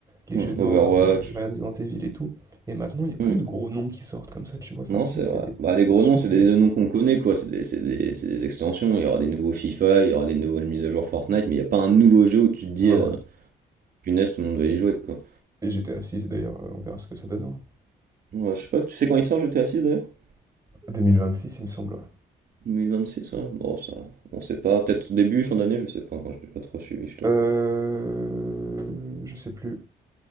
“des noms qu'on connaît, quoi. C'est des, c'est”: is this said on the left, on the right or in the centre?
Right